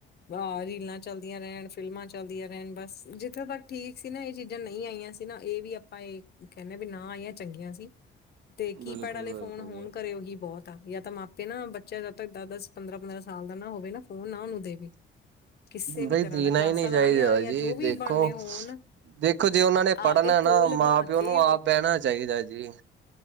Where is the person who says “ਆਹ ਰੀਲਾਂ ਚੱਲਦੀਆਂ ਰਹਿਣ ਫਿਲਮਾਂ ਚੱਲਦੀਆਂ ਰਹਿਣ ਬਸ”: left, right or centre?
Left